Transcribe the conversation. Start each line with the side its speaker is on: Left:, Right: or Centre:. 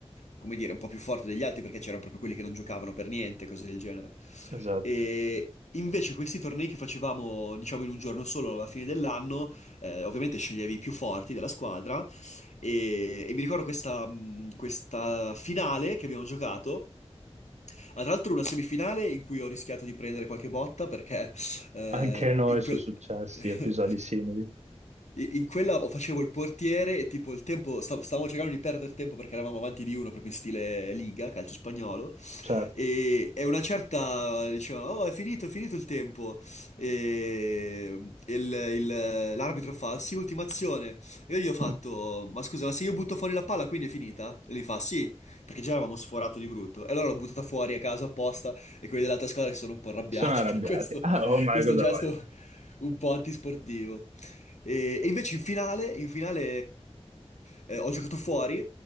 Left: come dire, un po' più forte degli altri perché c'erano proprio quelli che non giocavano per niente, cose del genere.
Right: Esatto.
Left: E invece questi tornei che facevamo, diciamo, in un giorno solo alla fine dell'anno, eh, ovviamente sceglievi i più forti della squadra e, e mi ricordo questa, mh, questa finale che abbiamo giocato. Ah, tra l'altro una semifinale in cui ho rischiato di prendere qualche botta perché eh,
Right: Anche a noi
Left: in quel...
Right: sono successi
Left: <laughs>
Right: episodi simili,
Left: In in quella o facevo il portiere e tipo il tempo, stav- stavamo cercando di perdere tempo perché eravamo avanti di uno proprio in stile Liga, calcio spagnolo,
Right: certo.
Left: e, e una certa diceva, oh è finito, è finito il tempo, e il- il- l'arbitro fa, sì, ultima azione, e io gli ho fatto,
Right: <laughs>
Left: ma scusa, ma se io butto fuori la palla quindi è finita? E lui fa, sì, perché già eravamo sforato di brutto. E allora l'ho buttata fuori a caso apposta e quelli dell'altra squadra si sono un po' arrabbiati
Right: Sono arrabbiati.
Left: <laughs> per questo,
Right: Ah, ormai
Left: questo
Right: cosa
Left: gesto
Right: vogliono?
Left: un po' antisportivo. E, e invece in finale, in finale eh, ho giocato fuori